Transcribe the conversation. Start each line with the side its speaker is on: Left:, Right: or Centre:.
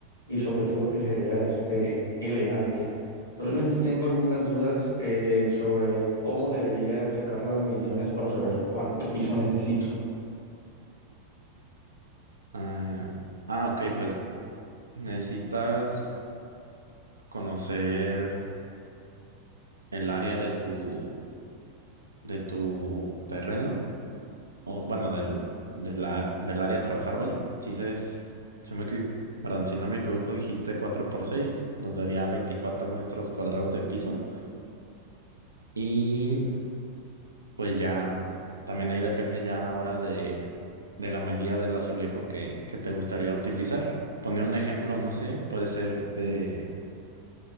Left: y sobre todo que se vea, este, elegante. Solamente tengo algunas dudas eh, sobre cómo debería sacar las mediciones para saber cuánto piso necesito.
Right: ah, ah, ok, pues necesitas conocer el área de tu, de tu terreno. o bueno, del, de la- del área a trabajar, vaya. Si se es, si me, equi- perdón, si no me equivoco, dijiste 4 por 6 nos daría 24 metros cuadrados de piso. Y pues ya, también ahí depende ya ahora de, de la medida del azulejo que, que te gustaría utilizar. Pone un ejemplo, no sé, puede ser de